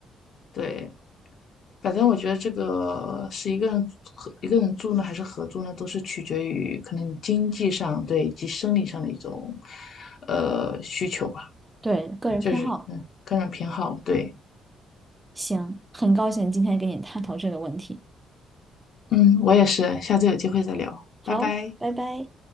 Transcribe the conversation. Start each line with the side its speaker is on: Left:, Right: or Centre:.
Left: 对，反正我觉得这个是一个人合一个人住呢，还是合租呢，都是取决于可能经济上对以及生理上的一种呃需求吧，
Right: 对，个人偏好，
Left: 就是嗯个人偏好。对，
Right: 行，很高兴今天跟你探讨这个问题。
Left: 嗯，我也是，下次有机会再聊，
Right: 好，
Left: 拜拜。
Right: 拜拜。